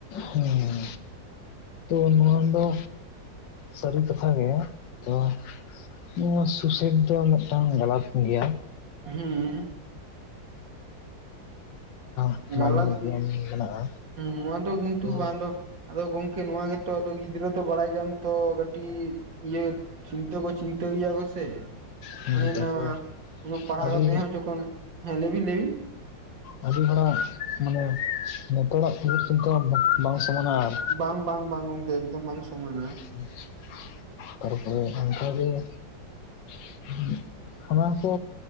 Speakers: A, on the left; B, on the right.
A: ᱦᱮᱸ ᱛᱚ ᱱᱚᱣᱟ ᱫᱚ ᱥᱟᱹᱨᱤ ᱠᱟᱛᱷᱟ ᱜᱮ ᱛᱚ ᱱᱚᱣᱟ ᱥᱩᱥᱟᱭᱤᱴ ᱫᱚ ᱢᱮᱜᱴᱟᱝ ᱜᱟᱞᱟᱛ ᱠᱟᱱ ᱜᱮᱭᱟ᱾
B: ᱦᱩᱸ
A: <inaudible>
B: ᱜᱞᱟᱛ
A: ᱡᱤᱭᱚᱱ ᱢᱮᱱᱟᱜᱼᱟ
B: ᱱᱚᱣᱟ ᱫᱚ ᱠᱤᱱ
A: ᱛᱚ
B: ᱛᱩ ᱵᱟᱝᱫᱚ ᱟᱫᱚ ᱜᱚᱝᱠᱮ ᱱᱚᱣᱟ ᱜᱮᱛᱚ ᱟᱫ ᱜᱤᱫᱽᱨᱟᱹ ᱫᱚ ᱵᱟᱲᱟᱭ ᱜᱮᱭᱟᱢ ᱛᱚ ᱠᱟᱹᱴᱤᱡ ᱤᱭᱟᱹ ᱪᱤᱱᱛᱟᱹ ᱠᱚ ᱪᱤᱱᱛᱟᱹ ᱜᱮᱭᱟ ᱠᱚ ᱥᱮ ᱾
A: ᱦᱮᱸ
B: ᱦᱟᱱᱟ
A: ᱛᱟᱨᱯᱚᱨ
B: ᱱᱟᱣᱟ ᱩᱱᱟᱹᱜ ᱯᱟᱲᱦᱟᱣ
A: ᱟᱹᱰᱤ
B: ᱠᱟᱛᱮ ᱦᱚᱸ ᱡᱚᱠᱷᱚᱱ ᱦᱮᱸ ᱞᱮᱵᱤᱱ ᱞᱮᱵᱤᱱ᱾
A: ᱟᱹᱰᱤ ᱦᱚᱲᱟᱜ ᱢᱟᱱᱮ ᱱᱮᱛᱚᱜᱟᱜ <inaudible> ᱵᱟᱝ ᱥᱚᱢᱟᱱᱟ᱾ ᱟᱨ
B: ᱵᱟᱝ ᱵᱟᱝ ᱵᱟᱝ ᱜᱚᱝᱠᱮ ᱮᱠᱫᱚᱢ ᱵᱟᱝ ᱥᱚᱢᱟᱱᱟ ᱾
A: <inaudible> ᱟᱵᱟᱨ ᱠᱚ